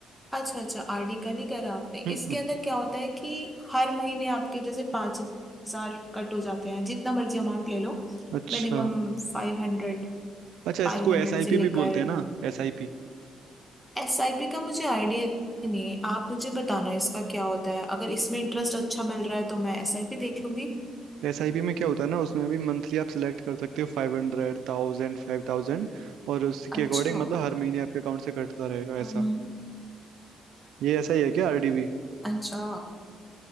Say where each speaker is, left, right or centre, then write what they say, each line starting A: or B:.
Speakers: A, in the centre; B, on the right.
A: अच्छा अच्छा आरडी का नहीं करा आपने
B: हम्म
A: इसके
B: हम्म,
A: अंदर क्या होता है कि हर महीने आपके जैसे पांच हजार कट हो जाते हैं जितना मर्जी अमाउंट ले लो
B: अच्छा
A: मिनिमम फाइव हंड्रेड
B: अच्छा
A: फाइव
B: इसको
A: हंड्रेड
B: एसआईपी
A: से लेकर
B: भी बोलते हैं ना एसआईपी
A: एसआईपी का मुझे आइडिया नहीं है आप मुझे बताना इसका क्या होता है अगर इसमें इंटरेस्ट अच्छा मिल रहा है तो मैं एसआईपी देख लूंगी
B: एसआईपी में क्या होता है ना उसमें भी मंथली आप सिलेक्ट कर सकते हो five hundred thousand five thousand और उसके
A: अच्छा
B: अकॉर्डिंग मतलब हर महीने आपके अकाउंट से कटता रहेगा
A: हम्म
B: ऐसा ये ऐसा ही है क्या आरडी भी
A: अच्छा